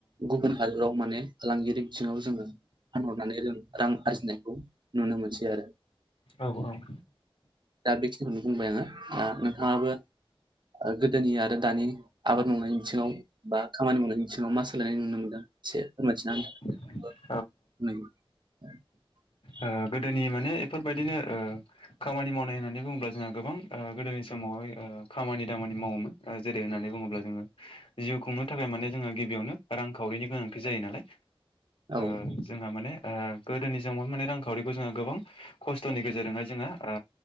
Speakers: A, on the right (about 50°); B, on the left (about 70°).
A: गुबुन हादराव माने फालांगिरि बिथिङाव जोङो फानहरनानै जों रां आरजिनायखौ नुनो मोनसै आरो।
B: औ औ।
A: दा बेखिनिखौनो बुंबाय आङो ओ नोंथाङाबो ओ गोदोनि आरो दानि आबाद मावनायनि बिथिङाव बा खामानि मावनायनि बिथिङाव मा सोलायनाय नुनो मोनदों एसे फोरमायथिना होनाय
B: <inaudible>
A: <unintelligible>
B: ओ गोदोनि माने एफोरबायदिनो ओ खामानि मावनाय होननानै बुङोब्ला जोंहा गोबां ओ गोदोनि समाव हायो ओ खामानि दामानि मावोमोन ओ जेरै होननानै बुङोब्ला जोङो जिउ खुंनो थाखाय माने जोंहा गिबियावनो रांखावरिनि गोनांथि जायो नालाय।
A: औ
B: ओ जोंहा माने ओ गोदोनि जों <unintelligible> रांखौ खावरिखौ जोङो गोबां खस्थ'नि गेजेरजोंहाय जोङो ओ